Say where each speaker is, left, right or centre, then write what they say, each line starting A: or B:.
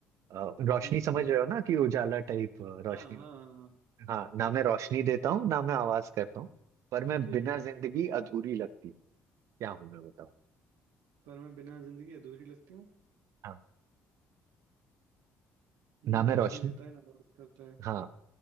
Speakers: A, on the right; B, on the right.
A: अ, रोशनी
B: हम्म
A: समझ रहे हो ना कि उजाला टाइप रोशनी
B: हाँ हाँ हाँ हाँ
A: हाँ ना
B: हाँ,
A: मैं रोशनी देता हूँ ना मैं आवाज करता हूँ पर मैं
B: ठीक
A: बिना
B: है
A: जिंदगी अधूरी लगती हूँ क्या हूँ मैं बताऊँ
B: पर मैं बिना जिंदगी अधूरी लगती हूँ
A: हाँ
B: ना
A: ना मैं
B: रोशनी
A: रोशनी
B: देता है ना रात करता है
A: हाँ